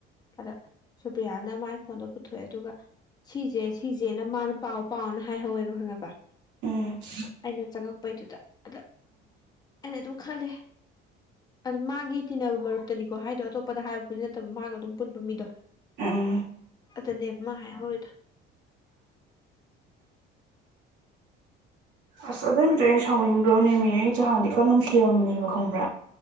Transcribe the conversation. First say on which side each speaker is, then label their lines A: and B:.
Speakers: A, on the left (about 20°); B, on the right (about 75°).
A: ꯑꯗ ꯁꯨꯄ꯭ꯔꯤꯌꯥꯅ ꯃꯥꯏ ꯐꯣꯟꯗꯣ ꯄꯨꯊꯣꯛꯑꯦ ꯑꯗꯨꯒ ꯁꯤꯁꯦ ꯁꯤꯁꯦꯅ ꯃꯥꯅ ꯄꯥꯎ ꯄꯥꯎꯅ ꯍꯥꯏꯍꯧꯋꯦꯕ ꯈꯪꯉꯕ
B: ꯎꯝ ꯎꯝ
A: ꯑꯩꯅ ꯆꯪꯉꯛꯄꯩꯗꯨꯗ ꯑꯗ ꯑꯩꯅ ꯑꯗꯨꯝ ꯈꯜꯂꯦ ꯑꯗꯨ ꯃꯥꯒꯤ ꯇꯤꯟꯅꯕ ꯃꯔꯨꯞꯇꯅꯤꯀꯣ ꯍꯥꯏꯗꯣ ꯑꯇꯣꯞꯄꯗ ꯍꯥꯏꯕꯕꯨ ꯅꯠꯇꯕ ꯃꯥꯒ ꯑꯗꯨꯝ ꯄꯨꯟꯕ ꯃꯤꯗꯣ
B: ꯎꯝ
A: ꯗꯅꯦꯕꯥ ꯃꯥ ꯍꯥꯏꯍꯧꯔꯤꯗꯣ
B: ꯑꯁ ꯑꯗꯨꯏꯝꯁꯨ ꯑꯩꯅ ꯁꯥꯎꯅꯤꯡꯕ꯭ꯔꯣꯅꯦꯃꯤ ꯑꯩ ꯖꯍꯥꯟꯗꯤ ꯈꯔ ꯅꯨꯡꯁꯤ ꯑꯃꯅꯦꯕ ꯈꯪꯕ꯭ꯔꯥ